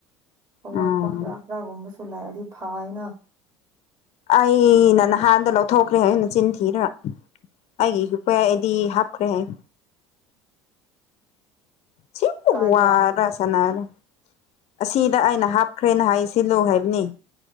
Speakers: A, on the right (about 25°); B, on the left (about 45°).
A: ꯑꯋꯥꯠꯄ
B: ꯎꯝ
A: ꯈ꯭ꯔ ꯈ꯭ꯔꯥꯒꯨꯝꯕꯁꯨ ꯂꯥꯛꯑꯗꯤ ꯐꯩ ꯍꯥꯏꯅ
B: ꯑꯩꯅ ꯅꯍꯥꯟꯗ ꯂꯧꯊꯣꯛꯈ꯭ꯔꯦ ꯑꯩꯅ ꯆꯤꯟ ꯊꯤꯔꯒ ꯑꯩꯒꯤ ꯏꯨꯄꯥꯌꯥ ꯑꯩ ꯗꯤ ꯍꯥꯞꯈ꯭ꯔꯦ ꯍꯥꯏꯌꯨ ꯁꯤꯕꯨ
A: ꯀꯥꯏꯗ
B: ꯋꯥꯔꯁꯅꯔ ꯑꯁꯤꯗ ꯑꯩꯅ ꯍꯥꯞꯈ꯭ꯔꯦꯅ ꯍꯥꯏꯁꯤ ꯂꯨ ꯍꯥꯏꯕꯅꯤ